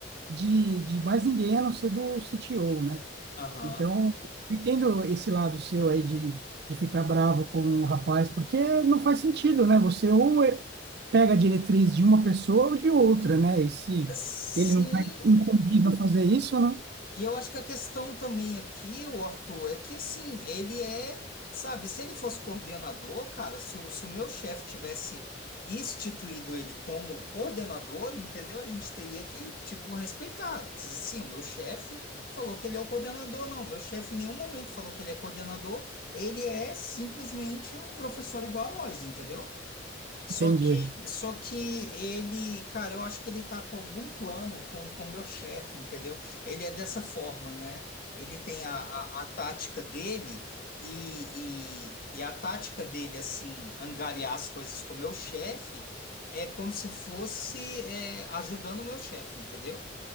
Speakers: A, on the right; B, on the left.
A: de, de mais ninguém a não ser do CTO, né?
B: aham.
A: Então, eu entendo esse lado seu aí de, de ficar bravo com o rapaz, porque não faz sentido, né? Você ou é- pega a diretriz de uma pessoa ou de outra, né? E se
B: Sim,
A: ele não está incumbido a fazer isso, não?
B: E eu acho que a questão também aqui, o Arthur, é que assim, ele é, sabe, se ele fosse coordenador, cara, se o, se o meu chefe tivesse instituído ele como coordenador, entendeu? A gente teria que, tipo, respeitar. Sim, o meu chefe falou que ele é o coordenador, não, meu chefe em nenhum momento falou que ele é coordenador, ele é simplesmente um professor igual a nós, entendeu? Só
A: Entendi.
B: que, só que ele, cara, eu acho que ele tá com algum plano com com o meu chefe, entendeu? Ele é dessa forma, né? Ele tem a, a, a tática dele e, e, e a tática dele, assim, angariar as coisas com o meu chefe é como se fosse é, ajudando o meu chefe, entendeu?